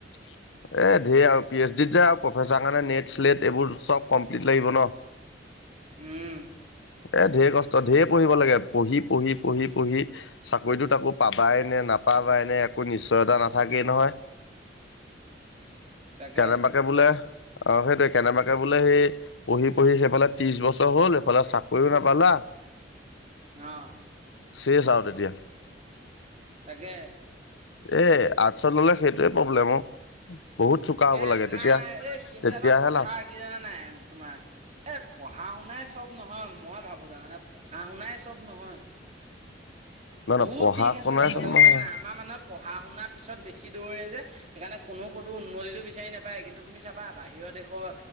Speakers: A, on the left (about 80°); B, on the right (about 40°).
A: <inaudible> এ ধেৰ আৰু পি এইচ ডিত যে আৰু প্ৰফেচৰ কাৰণে নেট চেল্ট এইবোৰ চ'ব কমপ্লিট লাগিব ন।
B: উম।
A: এ ঢেৰ কষ্ট ঢেৰ পঢ়িব লাগে পঢ়ি পঢ়ি পঢ়ি পঢ়ি চাকৰিতোত তাকো পাবাই নে নাপাবাই নে একো নিশ্চয়তা নাথাকেই নহয়।
B: তাকে
A: কেনেবাকে বোলে অ' সেইটোৱেয়ে কেনেবাকে বোলে সেই পঢ়ি পঢ়ি সেইফালে ত্ৰিশ বছৰ হ'ল সেফালে চাকৰিও নাপালা।
B: অ'।
A: চেছ আৰু আৰু তেতিয়া।
B: তাকে।
A: এই আৰ্টছত ল'লে সেইটোৱে প্ৰব্লেম অ'। বহুত চোকা হ'ব
B: এ
A: লাগে
B: তোমাৰ
A: তেতিয়া
B: এ কিন্তু
A: তেতিয়াহে
B: এটা কথা
A: লাভ
B: কি জানা নাই তোমাৰ এ পঢ়া শুনাই চব নহয়, মই ভাবো জানানে পঢ়া শুনাই চব নহয়।
A: নহয় নহয়
B: বহুত
A: পঢ়া
B: দিশ আছে
A: শুনাই
B: যাবলৈ
A: চব
B: গ'ম
A: নহয়।
B: পাইছ নে আমাৰ মানুহে পঢ়া শুনাৰ পিছত বেছি দৌৰে যে সেইকাৰণে কোনো ক'তো উন্নতিটো বিচাৰি নাপায়। কিন্তু তুমি চাবা বাহিৰৰ দেশৰ